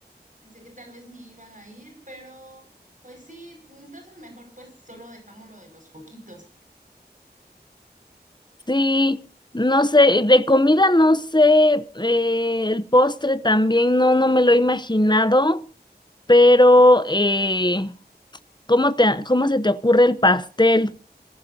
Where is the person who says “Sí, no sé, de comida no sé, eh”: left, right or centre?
Left